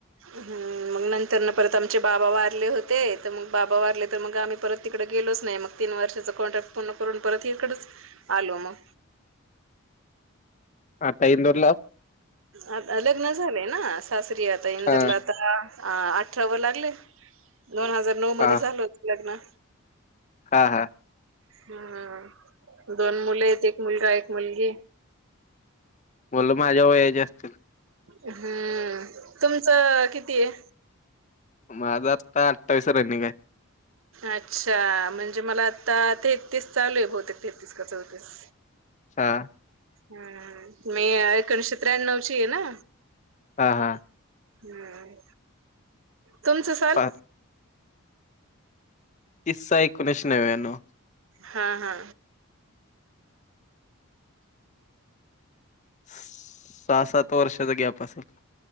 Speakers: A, on the right; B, on the left.
A: हम्म मग नंतरनं परत आमचे बाबा वारले होते. तर मग बाबा वारले तर मग आम्ही परत तिकडे गेलोच नाही. मग तीन वर्षाचा कॉन्ट्रॅक्ट पूर्ण करून परत इकडेच आलो मग.
B: आता इंदूरला...
A: आता लग्न झालेय ना सासरी आता इंदूरला
B: हा
A: आता. अ अठरा व लागले दोन हजार नऊ मध्ये
B: हा
A: झाल होत लग्न.
B: हा हा...
A: हा... दोन मुले आहेत एक मुलगा एक मुलगी.
B: म्हलं माझ्या वयाचे असतील.
A: हम्म तुमचं किती हे.
B: माझं आत्ता अठ्ठावीस रनिंग आहे.
A: अच्छा! म्हणजे मला आता तेहतीस चालू आहे बहुतेक तेहतीस का चौतीस.
B: हा....
A: हम् मी एकोणीशे त्र्याण्णव ची आहे ना.
B: हा हा..
A: ह हं... तुमचं सांग.
B: पा तीस सहा एकोणीसे नव
A: हा हा...
B: सहा सात वर्षाचा गॅप असेल.